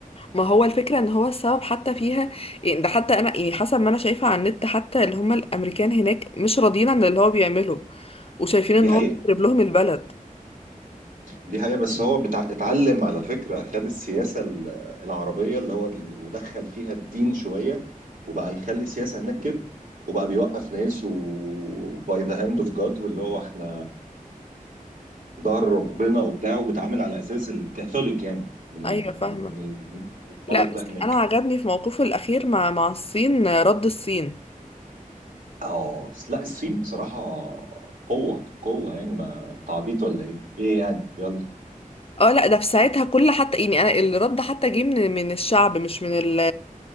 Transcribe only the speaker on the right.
دي حقيقة
دي حقيقة بس هو بتع... اتعلم على فكرة خد السياسة ال- العربية اللي هو ال- ودخل فيها الدين شوية وبقى يخلي السياسة هناك كده وبقى بيوقف ناس وباي ذا هاند اوف جاد واللي هو احنا في ظهر ربنا وبتاع وبيتعامل على اساس الكاثوليك يعني من
ال... من
ال... من الطلق
ده
هناك
اه لا الصين بصراحة قوة قوة يعني ما انت عبيط ولا ايه؟ ايه يعني يلا